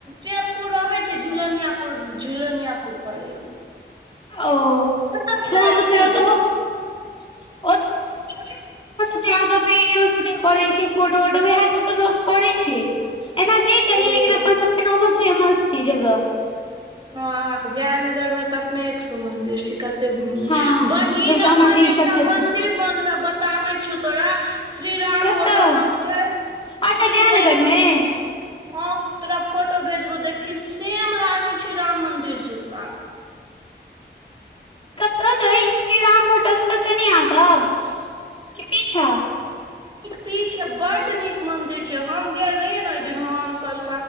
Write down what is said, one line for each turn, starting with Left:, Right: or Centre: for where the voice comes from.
Right: टेम्पू रहय छै झूलनिया पुर झूलनिया पुर करैत
Left: ओ
Right: ओतऽ छै
Left: तहन तऽ फेर
Right: की
Left: त
Right: छै
Left: जाक वीडियो शूटिंग करे छै फोटो वटो वएह सब त लोग करे छै एना जे कही
Right: ओ
Left: लेकिन अप सबके ने ओहो फेमस छी जगह
Right: हँ जय नगर में तऽ अपने एक सो मंदिर छै कत ते घुम
Left: हँ
Right: बहिन
Left: दुर्गा
Right: अखन
Left: मंदिर
Right: जे
Left: सब
Right: एकटा
Left: छथिन
Right: मंदिर बनल बताबै छौ तोरा श्री राम
Left: कतऽ
Right: होटल लंग छै
Left: अच्छा
Right: श्री
Left: जयनगर
Right: राम हो
Left: मे
Right: हँ तोरा फोटो भेजबौ देखी सेम लागे छै राम मंदिर ज का
Left: कि गे श्री राम होटल से कनि आगे की पीछा
Right: पी छै बड नीक मंदिर छै हम गेल रहियै ने ओहि दिन हम सब